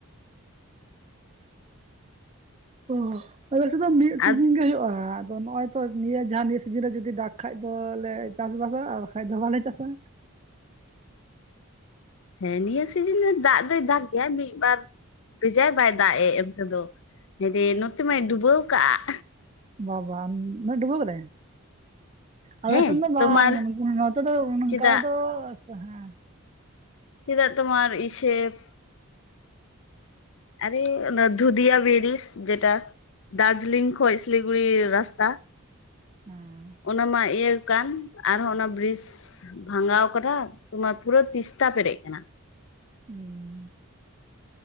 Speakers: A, on the right; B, on the left.
A: ᱚᱦ ᱟᱞᱮ‌ ᱥᱮᱫ ᱫᱚ ᱢᱤᱫ ᱥᱤᱡᱤᱱ
B: ᱟᱨ
A: ᱜᱮ ᱦᱩᱭᱩᱜ-ᱟ ᱟᱫᱚ ᱱᱚᱜ-ᱚᱭᱼᱼ ᱛᱚ ᱱᱤᱭᱟᱹ ᱡᱟᱦᱟᱸ ᱱᱤᱭᱟᱹ ᱥᱤᱡᱤᱱ ᱨᱮ ᱡᱩᱫᱤ ᱫᱟᱜᱽ ᱠᱷᱟᱭᱡ ᱫᱚ ᱞᱮ ᱪᱟᱥ ᱵᱟᱥᱟ ᱟᱨ ᱵᱟᱠᱷᱟᱡ ᱫᱚ ᱵᱟᱞᱮ ᱪᱟᱥ-ᱟ᱾
B: ᱦᱮᱸ ᱱᱤᱭᱟᱹ ᱥᱤᱡᱤᱱ ᱨᱮ ᱫᱟᱜ ᱫᱚᱭ ᱫᱟᱜ ᱜᱮᱭᱟ, ᱢᱤᱫ ᱵᱟᱨ ᱵᱮᱡᱟᱭ ᱵᱟᱭ ᱫᱟᱜ ᱮ ᱚᱱᱛᱮᱫᱚ᱾ ᱦᱟᱭᱨᱮᱸ ᱱᱚᱛᱮ ᱢᱟᱭ ᱰᱩᱵᱟᱹᱣ ᱠᱟᱜ᱾
A: ᱵᱟ ᱵᱟᱝ ᱩᱱᱟᱹᱜ ᱰᱩᱵᱟᱹᱣ ᱠᱟᱫᱟᱭ? ᱟᱞᱮ
B: ᱦᱮᱸ
A: ᱥᱮᱱ ᱫᱚ
B: ᱛᱳᱢᱟᱨ
A: ᱵᱟᱝ ᱱᱚᱛᱮ ᱫᱚ ᱚᱱᱠᱟ
B: ᱪᱮᱫᱟᱜ
A: ᱫᱚ ᱦᱮᱸ
B: ᱪᱮᱫᱟᱜ ᱛᱳᱢᱟᱨ ᱤᱥᱮᱵ ᱟᱨᱮ ᱚᱱᱟ ᱫᱷᱩᱫᱤᱭᱟ ᱵᱤᱲᱤᱥ ᱡᱮᱴᱟ ᱫᱟᱨᱡᱤᱞᱤᱝ ᱠᱷᱚᱭᱜ ᱥᱤᱞᱤᱜᱩᱲᱤ ᱨᱟᱥᱛᱟ
A: ᱦᱮᱸ
B: ᱚᱱᱟ ᱢᱟ ᱤᱭᱟᱹ ᱠᱟᱱ ᱟᱨᱦᱚᱸ ᱚᱱᱟ ᱵᱨᱤᱥ ᱵᱷᱟᱸᱜᱟᱣ ᱠᱟᱱᱟ ᱛᱳᱢᱟᱨ ᱯᱩᱨᱟᱹ ᱛᱤᱥᱛᱟ ᱯᱮᱨᱮᱡ ᱠᱟᱱᱟ᱾
A: ᱩᱸ᱾